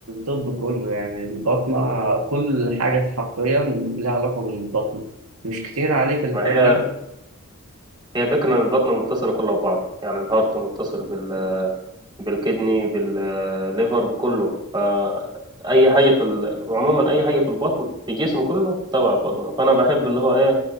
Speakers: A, on the right (about 85°); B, on the right (about 20°).
A: الطب كله يعني البطنة كل حاجة حرفيا لها علاقة بالبطنة مش كتير عليك الحاجات
B: ما هي
A: دي
B: هي فكره ان البطنه متصله كلها ببعض يعني الهارت متصل بال بالكدني بالليفر بكله فاي حاجه في ال... عموما اي حاجه في البطن في الجسم كله تبع البطنه فانا بحب اللي هو ايه